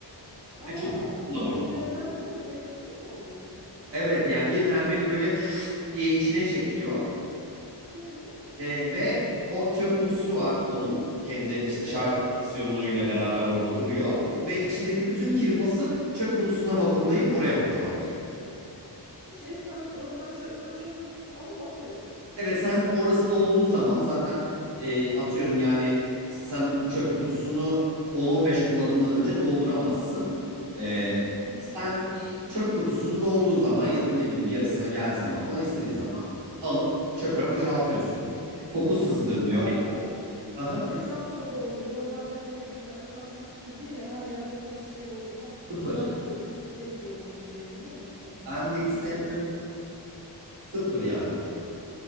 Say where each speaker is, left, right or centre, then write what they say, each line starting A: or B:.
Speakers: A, on the right (about 55°); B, on the right (about 85°).
A: Aa,
B: Ve çöp kutusuna
A: vakumluyor
B: boşaltıyor.
A: derken böyle şey mi oluyor?
B: Evet yani birdenbire böyle <sniffs> diye içine çekiyor.
A: Hı
B: E, ve o çöp kutusu var onun. Kendi işte şarj
A: hı.
B: istasyonuyla beraber orada duruyor. Ve içindeki bütün kirpası çöp kutusuna vakumlayıp oraya boşaltıyor.
A: Hiç etraf o zaman çö sonra çöp kutusunu alıp atıyorsun.
B: Evet sen orası dolduğu zaman zaten e, atıyorum yani sen çöp kutusunu on on beş kullanımdan önce dolduramazsın. E,
A: Hı hı hı hı.
B: sen i- çöp kutusunu dolduğu zaman ya da ne bileyim yarısına geldiği zaman falan istediğin
A: Hı
B: zaman
A: hı.
B: alıp çöpe boşaltıyorsun. Koku sızdırmıyor.
A: Aa,
B: Aha.
A: etraf toz olmuyor. Normalde böyle böyle açarsın süpürge ya her yer bir toz şeyi olur falan. İğrenç
B: Sıfır.
A: oluyor. Hiç sevmiyorum o şeyi biliyor musun?
B: Ben de hiç
A: İster
B: sevmem.
A: is-
B: Sıfır yani.